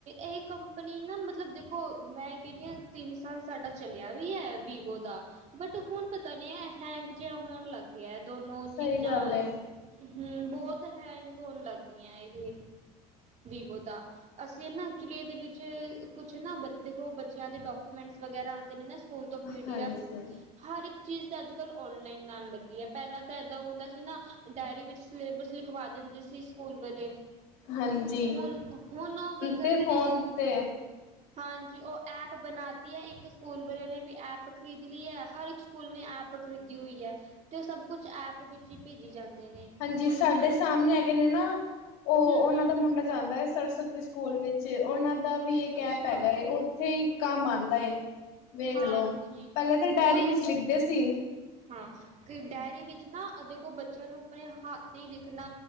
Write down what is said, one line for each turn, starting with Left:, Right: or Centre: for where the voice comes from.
Right: ਇਹ ਕੰਪਨੀ ਨਾ ਮਤਲਬ ਦੇਖੋ, ਮੈਂ ਕਹਿੰਦੀ ਹਾਂ ਤਿੰਨ ਸਾਲ। ਸਾਡਾ ਚਲਿਆ ਵੀ ਹੈ ਵੀਵੋ ਦਾ। ਬਟ ਹੁਣ ਪਤਾ ਨੀ ਹੈ ਹੈਂਗ ਜਿਹਾ ਹੋਣ ਲੱਗ ਗਿਆ ਦੋਨੋ
Left: ਸਹੀ
Right: ਚੀਜ਼ਾਂ।
Left: ਗੱਲ ਏ
Right: ਹਮ ਬਹੁਤ ਹੈਂਗ ਹੋਣ ਲੱਗ ਗਈਆਂ ਇਹ, ਵੀਵੋ ਦਾ। ਅਸੀਂ ਨਾ ਐਕਚੁਲੀ ਇਹਦੇ ਵਿੱਚ, ਕੁਛ ਨਾ ਬ ਦੇਖੋ ਬੱਚਿਆਂ ਦੇ ਡਾਕੂਮੈਂਟਸ ਵਗੈਰਾ ਆਉਂਦੇ ਨੇ ਨਾ ਸਕੂਲ ਤੋਂ ਪੀ
Left: ਹਾਂਜੀ,
Right: ਡੀ ਐਫ, ਹਰ ਇੱਕ ਚੀਜ਼ ਦਾ ਅੱਜ ਕੱਲ੍ਹ ਔਨਲਾਈਨ ਆਉਣ ਲੱਗੀ ਹੈ ਪਹਿਲਾਂ ਤਾਂ ਏਦਾਂ ਹੁੰਦਾ ਸੀ ਨਾ, ਡਾਇਰੀ ਵਿੱਚ ਸਿਲੇਬਸ ਲਿਖਵਾ ਦਿੰਦੇ ਸੀ ਸਕੂਲ ਵਾਲੇ
Left: ਹਾਂਜੀ
Right: ਹੁਣ, ਹੁਣ ਉਹ ਕੀ ਕਰਦੇ
Left: ਤੇ ਫੋਨ
Right: ਨੇ
Left: ਤੇ
Right: ਹਾਂਜੀ ਉਹ ਐਪ ਬਣਾਤੀ ਹੈ ਇੱਕ ਸਕੂਲ ਵਾਲੇ ਨੇ ਵੀ ਐਪ ਖਰੀਦ ਲੀ ਹੈ ਹਰ ਇੱਕ ਸਕੂਲ ਨੇ ਐਪ ਖਰੀਦੀ ਹੋਈ ਹੈ, ਤੇ ਉਹ ਸਭ ਕੁਛ ਐਪ ਵਿੱਚ ਹੀ ਭੇਜੀ ਜਾਂਦੇ ਨੇ
Left: ਹਾਂਜੀ
Right: ਹੁਣ
Left: ਸਾਡੇ
Right: ਜਦ
Left: ਸਾਹਮਣੇ ਹੈਗੇ ਨੇ ਨਾ, ਉਹ
Right: ਹਮ
Left: ਉਹਨਾਂ
Right: ਹਮ
Left: ਦਾ ਮੁੰਡਾ
Right: ਹਮ
Left: ਜਾਂਦਾ ਹੈ ਸਰਸਵਤੀ ਸਕੂਲ ਵਿੱਚ, ਉਹਨਾਂ ਦਾ ਵੀ ਇਹ
Right: ਅੱਛਾ
Left: ਐਪ ਹੈਗਾ ਹੈ ਉੱਥੇ ਹੀ ਕੰਮ ਆਉਂਦਾ ਏ, ਵੇਖ
Right: ਹਾਂਜੀ
Left: ਲਓ, ਪਹਿਲੇ ਤਾਂ ਡਾਇਰੀ
Right: ਉਹੀ
Left: ਵਿੱਚ ਲਿਖਦੇ ਸੀ
Right: ਹਾਂ, ਕਿ ਡਾਇਰੀ ਵਿੱਚ ਨਾ ਦੇਖੋ ਬੱਚਿਆਂ ਨੂੰ ਆਪਣੇ ਹੱਥੀਂ ਲਿਖਣਾ